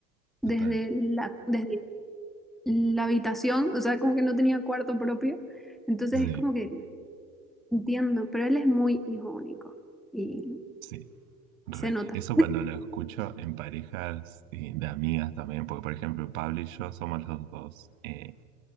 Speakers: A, in the centre; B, on the right (about 65°).
A: desde
B: total.
A: la, desde la habitación, o sea, como que no tenía cuarto propio. Entonces
B: Sí,
A: es como que entiendo, pero él es muy hijo único y
B: sí. Re.
A: se nota.
B: Eso cuando lo escucho en parejas eh, de amigas también, porque por ejemplo Pablo y yo somos los dos eh,